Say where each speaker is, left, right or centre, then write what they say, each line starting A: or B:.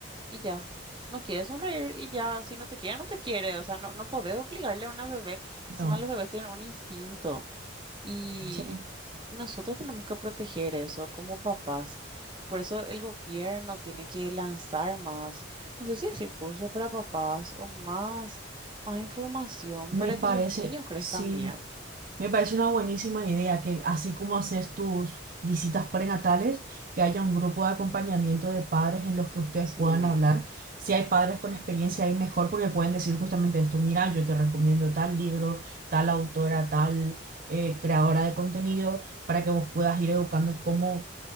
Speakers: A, on the right (about 25°); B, on the right (about 45°).
A: y ya. No quiere sonreír y ya, si no te quiere, no te quiere. O sea, no, no podés obligarle a una bebé. Encima
B: no,
A: los bebés tienen un instinto y
B: sí,
A: nosotros tenemos que proteger eso como papás. Por eso el gobierno tiene que lanzar más, no sé si decir cursos para papás o más, más información
B: me
A: para
B: parece,
A: que los niños crezcan
B: sí,
A: bien.
B: me parece una buenísima idea que así como haces tus visitas prenatales, que haya un grupo de acompañamiento de padres en los que ustedes
A: Sí,
B: puedan hablar. Si hay padres con experiencia ahí mejor porque pueden decir justamente esto, mira, yo te recomiendo tal libro, tal autora, tal eh, creadora de contenido, para que vos puedas ir educando cómo